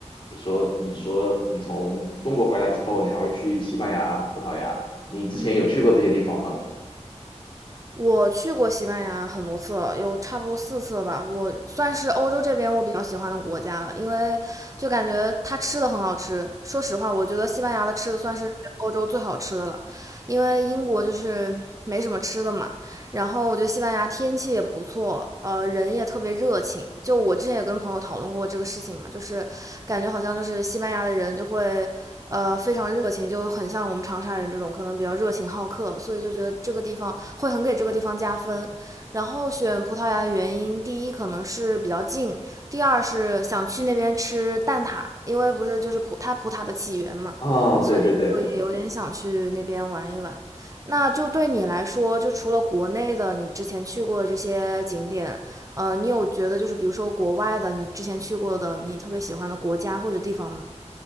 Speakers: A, on the left; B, on the right.
A: 比如说你说你从中国回来之后，你还会去西班牙、葡萄牙，你之前有去过这些地方吗？
B: 嗯。我去过西班牙很多次了，有差不多四次了吧。我算是欧洲这边我比较喜欢的国家了，因为就感觉它吃的很好吃。说实话，我觉得西班牙的吃的算是全欧洲最好吃的了，因为英国就是没什么吃的嘛。然后我觉得西班牙天气也不错，呃，人也特别热情。就我之前也跟朋友讨论过这个事情嘛，就是感觉好像就是西班牙的人就会，呃，非常热情，就很像我们长沙人这种可能比较热情好客，所以就觉得这个地方会很给这个地方加分。然后选葡萄牙的原因，第一可能是比较近，第二是想去那边吃蛋挞，因为不是就是葡它葡挞的起源嘛，
A: 啊，对对对。
B: 所以就也有点想去那边玩一玩。那就对你来说，就除了国内的你之前去过的这些景点，呃，你有觉得就是比如说国外的你之前去过的你特别喜欢的国家或者地方吗？